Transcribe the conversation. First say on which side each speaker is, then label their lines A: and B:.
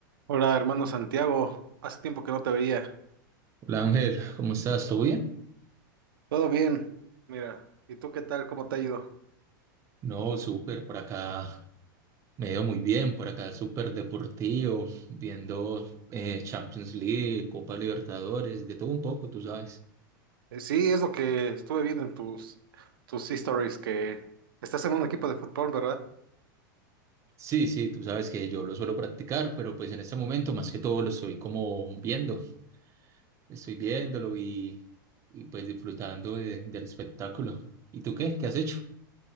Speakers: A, on the right; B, on the right.
A: Hola, hermano Santiago. Hace tiempo que no te veía.
B: Hola Ángel, ¿cómo estás? ¿Todo bien?
A: Todo bien. Mira, ¿y tú qué tal? ¿Cómo te ha ido?
B: No, súper, por acá me veo muy bien, por acá súper deportivo, viendo eh, Champions League, Copa Libertadores, de todo un poco, tú sabes.
A: Eh, sí, es lo que estuve viendo en tus, tus stories, que estás en un equipo de fútbol, ¿verdad?
B: Sí, sí, tú sabes que yo lo suelo practicar, pero pues en este momento más que todo lo estoy como viendo, estoy viéndolo y, y pues disfrutando de- del espectáculo. ¿Y tú qué? ¿Qué has hecho?